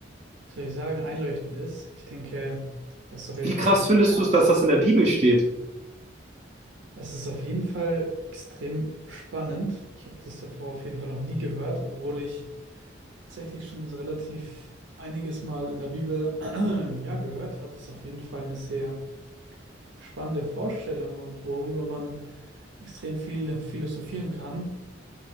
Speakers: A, on the right (about 75°); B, on the right (about 35°).
A: wie soll ich sagen, einleuchtend ist. Ich denke, das ist auf jeden
B: Wie krass
A: Fall die richtige
B: findest
A: Antwort.
B: du es, dass das in der Bibel steht?
A: Das ist auf jeden Fall extrem spannend. Ich habe das davor auf jeden Fall noch nie gehört, obwohl ich tatsächlich schon so relativ einiges Mal in der Bibel <clears throat> ja gehört hat. Ist auf jeden Fall eine sehr spannende Vorstellung und worüber man extrem viel philosophieren kann.